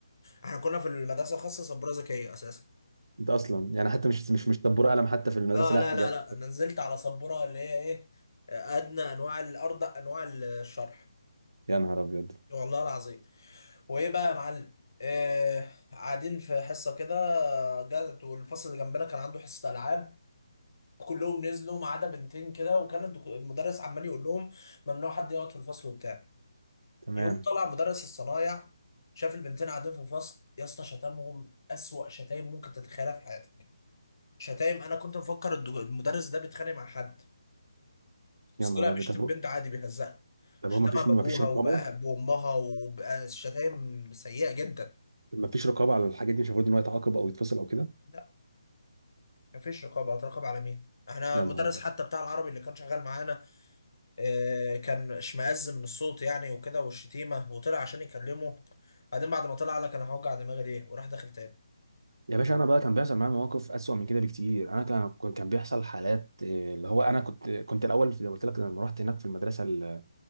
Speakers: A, on the left; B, on the right.
A: احنا كنا في المدرسه الخاصه سبوره ذكيه اساسا
B: انت اصلا يعني حتى مش مش مش طبور قلم حتى في المدرسه
A: اه
B: لا
A: لا
B: جاب
A: لا لا انا نزلت على سبوره اللي هي ايه ادنى انواع الارض انواع الشرح
B: يا نهار ابيض
A: والله العظيم وايه بقى يا معلم آه قاعدين في حصه كده جت والفصل اللي جنبنا كان عنده حصه العاب كلهم نزلوا ما عدا بنتين كده وكان الدك- المدرس عمال يقول لهم ممنوع حد يقعد في الفصل وبتاع
B: تمام
A: يقوم طلع مدرس الصنايع شاف البنتين قاعدين في فصل يا اسطى شتمهم اسوأ شتايم ممكن تتخيلها في حياتك شتايم انا كنت مفكر الدج- المدرس ده بيتخانق مع حد
B: يا
A: بس
B: نهار
A: طلع بيشتم
B: ابيض طب هو-
A: بنت عادي بيهزقها
B: طب
A: شتمها
B: هو ما فيش
A: بابوها
B: ما فيش رقابه
A: وبأه- بامها وبقى شتايم سيئة جدا
B: ما فيش رقابه على الحاجات دي مش المفروض ان هو يتعاقب او يتفصل او كده
A: لا مفيش رقابة هتراقب على مين احنا
B: يا
A: المدرس
B: نهار ابيض
A: حتى بتاع العربي اللي كان شغال معانا اه كان اشمئز من الصوت يعني وكده والشتيمة وطلع عشان يكلمه بعدين بعد ما طلع قال لك انا هوجع دماغي ليه وراح داخل تاني
B: يا باشا انا بقى كان بيحصل معايا مواقف اسوأ من كده بكتير انا كان كان بيحصل حالات إيه، اللي هو انا كنت كنت الاول زي ما قلت لك لما رحت هناك في المدرسه ال-